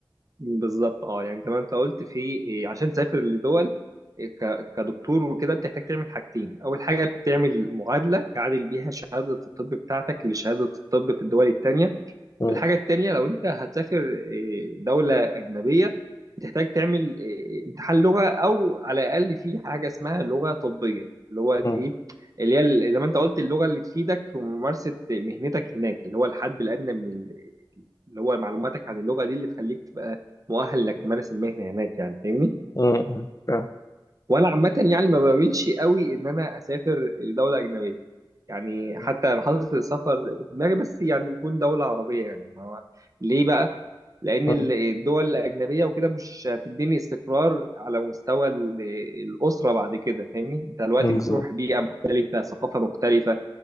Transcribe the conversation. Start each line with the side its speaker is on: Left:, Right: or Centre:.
Right: بالضبط آه، يعني زي ما أنت قُلت في آآ عشان تسافر لدول آآ ك كدكتور وكده بتحتاج تعمل حاجتين، أول حاجة بتعمل معادلة تعادل بيها شهادة الطب بتاعتك لشهادة الطب في الدول التانية.
Left: مم.
Right: والحاجة التانية لو أنت هتسافر إيه، دولة أجنبية بتحتاج تعمل إيه، امتحان لغة أو على الأقل في حاجة اسمها لغة طبية اللي هو
Left: مم.
Right: إيه اللي هي ال- زي ما أنت قلت اللغة اللي تفيدك في ممارسة مهنتك هناك اللي هو الحد الأدنى من ال- اللي هو معلوماتك عن اللغة دي اللي تخليك تبقى مؤهل إنك تمارس المهنة هناك يعني فاهمني؟
Left: مم. فاهم.
Right: وأنا عامة يعني ما بميلش قوي إن أنا أسافر لدولة أجنبية يعني
Left: مم.
Right: حتى أنا حاطط السفر في دماغي بس يعني يكون دولة عربية يعني ما هو ليه بقى لان
Left: مم.
Right: ال- الدول الاجنبيه وكده مش هتديني استقرار على مستوى ال- الاسره بعد كده فاهمني انت دلوقتي
Left: مم.
Right: بتروح
Left: بالظبط.
Right: بيئه مختلفه ثقافه مختلفه